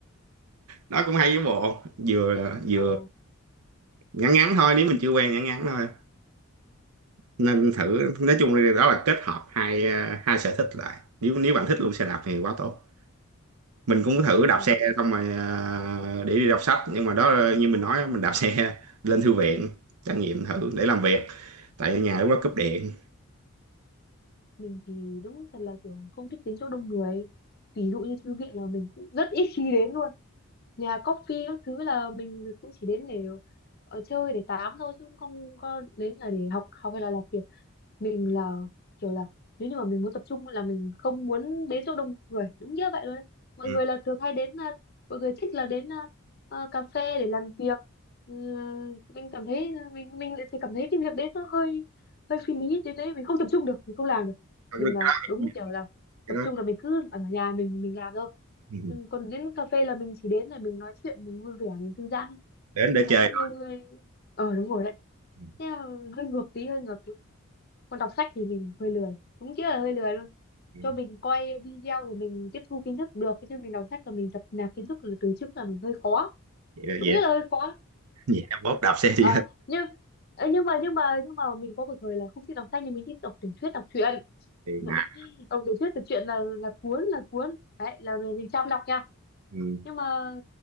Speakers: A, on the right; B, on the left.
A: đó cũng hay với bộ vừa vừa
B: ồ
A: ngắn ngắn thôi nếu mình chưa quen ngắn ngắn thôi nên thử nói chung là đó là kết hợp hai ờ, hai sở thích lại nếu nếu bạn thích luôn xe đạp thì quá tốt mình cũng thử đạp
B: ờ
A: xe xong rồi à, để đi đọc sách nhưng mà đó như mình nói mình đạp xe <laughs> lên thư viện trải nghiệm thử để làm việc tại ở nhà lúc đó cúp điện
B: mình thì đúng thật là kiểu không thích đến chỗ đông người ví dụ như thư viện là mình cũng rất ít khi đến luôn nhà coffee các thứ là mình cũng chỉ đến để ở chơi để tám thôi chứ không có đến là để học học hay là làm việc mình là kiểu là nếu như mà mình muốn tập trung là mình không muốn đến chỗ đông người đúng như vậy luôn đấy mọi
A: ừ.
B: người là thường hay đến à, mọi người thích là đến à, à, cà phê để làm việc Ừ, mình cảm thấy à, mình mình lại thì cảm thấy cái việc đấy nó hơi hơi phi lý đến đấy mình không tập trung được mình không làm được mình
A: cái
B: là đúng
A: đó
B: kiểu là
A: cái
B: tập
A: đó
B: trung là mình cứ ở nhà mình mình làm thôi
A: Ừ.
B: Ừ, còn đến cà phê là mình chỉ đến để mình nói chuyện mình vui vẻ mình thư giãn
A: đến để
B: đấy
A: chơi
B: nhiều
A: thôi.
B: người ờ đúng rồi đấy
A: Ừ.
B: thế là hơi ngược tí hơi ngược còn đọc sách thì mình hơi lười đúng nghĩa là hơi lười luôn
A: Ừ.
B: cho mình coi video rồi mình tiếp thu kiến thức được chứ mình đọc sách là mình tập nạp kiến thức là từ trước là mình hơi khó
A: vậy là
B: đúng
A: vậy
B: nghĩa là hơi khó
A: vậy là mốt đạp xe đi
B: Ờ,
A: thôi
B: nhưng ờ, nhưng mà nhưng mà nhưng mà mình có một thời là không thích đọc sách nhưng mình thích đọc tiểu thuyết đọc truyện
A: thì
B: <laughs>
A: ngại
B: đọc tiểu thuyết tiểu truyện là là cuốn là cuốn đấy là mình, mình chăm đọc nha
A: Ừ.
B: nhưng mà